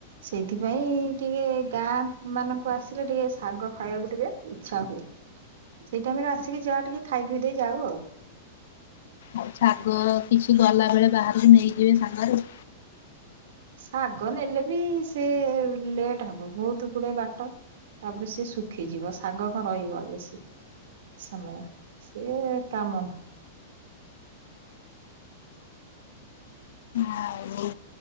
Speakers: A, on the right; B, on the left.
A: ସେଇଥିପାଇଁ ଟିକେ ଗାଁ ମାନଙ୍କୁ ଆସିଲେ ଟିକେ ଶାଗ ଖାଇବାକୁ ଟିକେ ଇଛା ହୁଏ। ସେଇ ଟାଇମ୍ ରେ ଆସିକି ଯାହା ଟିକେ ଖାଇପିଇ ଦେଇ ଯାଉ ଆଉ।
B: ଆଉ ଶାଗ କିଛି ଗଲା ବେଳେ ବାହାରକୁ ନେଇଯିବେ ସାଙ୍ଗରୁ।
A: ଶାଗ ନେଲେ ବି ସେ ଲେଟ୍ ହବ। ବହୁତ ଗୁଡେ ବାଟ। ତାପରେ ସେ ଶୁଖିଯିବ। ଶାଗ କଣ ରହିବ ବେଶୀ ସମୟ ସେ କାମ ନୁହ
B: ଆଉ